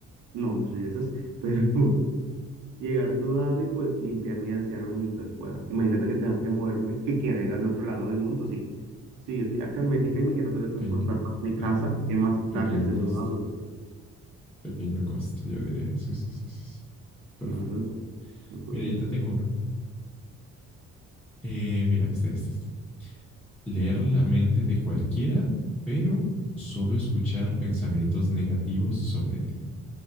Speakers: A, on the right; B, in the centre.
A: no, no soy esas, pero... <laughs> llegar sudado y pues limpiarme y asearme mientras pueda. Imagínate que tenga que moverme, que quiera ir al otro lado del mundo. Sí, si yo estoy acá en Bélgica y me quiero teletransportar
B: Pequeño,
A: a mi
B: claro.
A: casa, ¿qué más da
B: Pequeño
A: que esté
B: costo,
A: sudado?
B: pequeño costo, yo diría. Sí, sí, sí, sí. sí. Perfecto.
A: Claro, 100%.
B: Mira, yo te tengo uno. Eh, mira, este, este, este. Leer la mente de cualquiera, pero solo escuchar pensamientos negativos sobre ti.